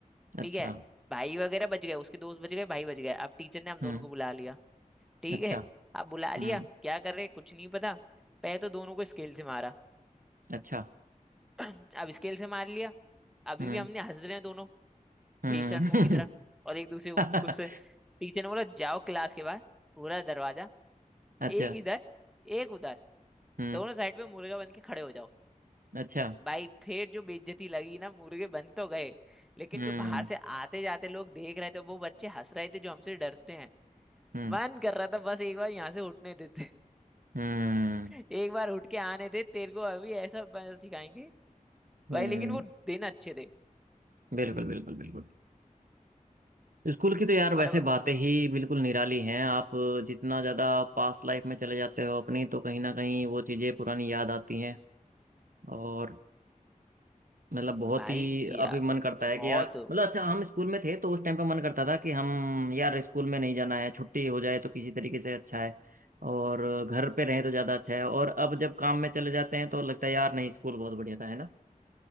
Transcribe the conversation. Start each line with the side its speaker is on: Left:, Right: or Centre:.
Right: अच्छा
Centre: ठीक है भाई वगैरह बच गए उसके दोस्त बच गए भाई बच गए अब टीचर ने हम दोनों
Right: हम्म
Centre: को बुला लिया ठीक
Right: अच्छा
Centre: है अब बुला
Right: हम्म
Centre: लिया क्या कर रहे कुछ नहीं पता पहले तो दोनों को स्केल से मारा
Right: अच्छा
Centre: <clears throat> अब स्केल से मार लिया अभी
Right: हम्म
Centre: भी हमने हंस रहे हैं दोनों
Right: हम्म
Centre: बेशर्मों की तरह और एक दूसरे को
Right: <laughs>
Centre: गुस्से टीचर ने बोला जाओ क्लास के बाहर पूरा दरवाजा
Right: अच्छा
Centre: एक इधर एक उधर
Right: हम्म
Centre: दोनों साइड पे मुर्गा बन के खड़े हो जाओ
Right: अच्छा
Centre: भाई फिर जो बेइज्जती लगी ना मुर्गे बन तो गए लेकिन
Right: हम्म
Centre: जो बाहर से आते जाते लोग देख रहे थे वो बच्चे हंस रहे थे जो हमसे डरते हैं
Right: हम्म
Centre: मन कर रहा था बस एक बार यहाँ से उठने देते
Right: हम्म
Centre: <laughs> एक बार उठ के आने दे तेरे को अभी ऐसा ब- सिखाएंगे
Right: हम्म
Centre: भाई लेकिन वो दिन अच्छे थे
Right: बिल्कुल बिल्कुल बिल्कुल स्कूल की तो यार
Centre: मतलब
Right: वैसे
Centre: उसमें
Right: बातें ही बिल्कुल निराली हैं आप जितना ज़्यादा पास्ट लाइफ में चले जाते हो अपनी तो कहीं ना कहीं वो चीज़ें पुरानी याद आती हैं और मतलब बहुत
Centre: भाई
Right: ही
Centre: यार
Right: अभी मन करता है
Centre: बहुत
Right: कि यार मतलब अच्छा हम स्कूल में थे तो उस टाइम पे मन करता था कि हम यार स्कूल में नहीं जाना है छुट्टी हो जाए तो किसी तरीके से अच्छा है और घर पे रहें तो ज़्यादा अच्छा है और अब जब काम में चले जाते हैं तो लगता है यार नहीं स्कूल बहुत बढ़िया था है ना